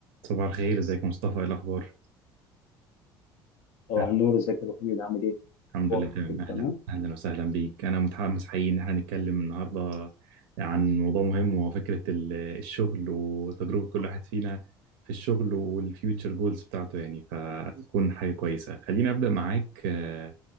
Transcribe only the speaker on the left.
طبعا
نور ازيك يا ابو حميد عامل ايه؟
أخبارك؟
كله
تمام؟